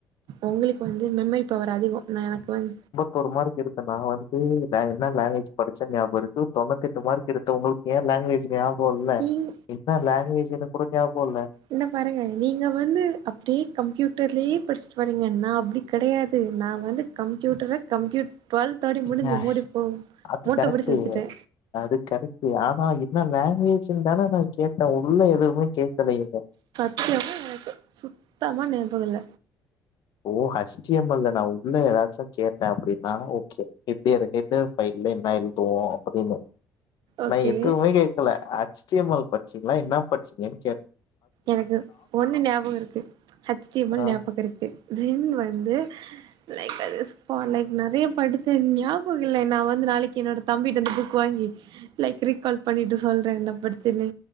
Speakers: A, on the right; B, on the left.
A: உங்களுக்கு வந்து மெமரி பவர் அதிகோ நா எனக்கு வந்
B: தோரு மார்க் எடுத்த நா வந்து நா என்ன லாங்குவேஜ் படிச்சென் ஞாபகருக்கு தொண்ணுத்தெட்டு மார்க் எடுத்த உங்களுக் ஏ லாங்குவேஜ் ஞாபகோ இல்ல
A: நீங்
B: என்ன லாங்குவேஜினு கூட ஞாபகோல்ல
A: என்ன பாருங்க நீங்க வந்து அப்டியே கம்ப்யூட்டர்லயே படிச்சிட்டு வரீங்க நா அப்டி கெடையாது நா வந்து கம்ப்யூட்டரை கம்ப்யூட் டுவெல் தோடி
B: ஏங்க
A: முடிஞ்சு மோடிப்போ
B: அது
A: மோட்ட
B: கரெக்ட்டு.
A: புடிச்சி வச்சிட்டே
B: அது கரெக்டு ஆனா என்ன லாங்குவேஜின் தான நா கேட்டே உள்ள எதுவுமே கேட்கலையே
A: <inaudible> எனக்கு சுத்தமா ஞாபகோ இல்ல
B: ஓ ஹச் டி எம் எல் ல நா உள்ள ஏதாச்சு கேட்டே அப்டின்னா ஓகே எப்டி எரக்கேட்டு பைல்ல என்னா எழுதுவோ அப்பிடின்னு
A: ஓகே
B: நா எதுவுமே கேக் கலே ஹச் டி எம் எல் படிச்சிங்ளா என்னா படிச்சீங்கன்
A: எனக்கு ஒண்ணு ஞாபகோ இருக்கு ஹச் டி எம் எல்
B: ஆ
A: ஞாபகோ இருக்கு ஜின் வந்து லைக் அது போ அன்னைக் நெறயா படிச்சே ஞாபகோ இல்லை நா வந்து நாளைக்கி என்னோட தம்பிட்டந்து புக் வாங்கி லைக் ரீக்கால் பண்ணிட்டு சொல்றே என்ன படிச்சன்னு